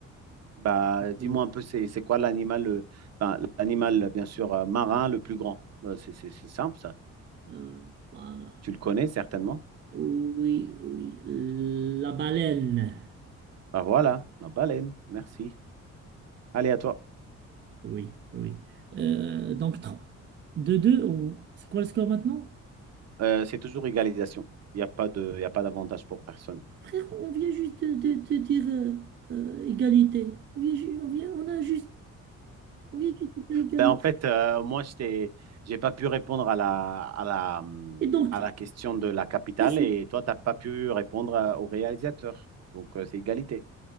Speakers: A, on the right; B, on the right.
A: Bah, dis-moi
B: Euh,
A: un peu, c'est c'est quoi l'animal, le- enfin l'animal bien sûr euh, marin le plus grand? Euh, C'est c'est c'est simple ça.
B: euh, voilà.
A: Tu le connais certainement.
B: Oui, oui. La baleine.
A: Bah voilà, la baleine. Merci. Allez, à toi.
B: Oui, oui. Euh, donc, trois- deux deux, ou c'est quoi le score maintenant?
A: Euh, c'est toujours égalisation. Il n'y a pas de, il y a pas d'avantage pour personne.
B: Frère, on vient juste de, de- de dire euh, euh, égalité. On vient, ju- on vient, on a juste, on vient juste de dire égalité.
A: Ben, en fait, euh, moi, je t'ai- j'ai pas pu répondre à la, à la, hum,
B: Et donc,
A: à la question de la capitale
B: là
A: et toi, tu n'as pas pu répondre euh, au réalisateur. Donc, euh, c'est égalité.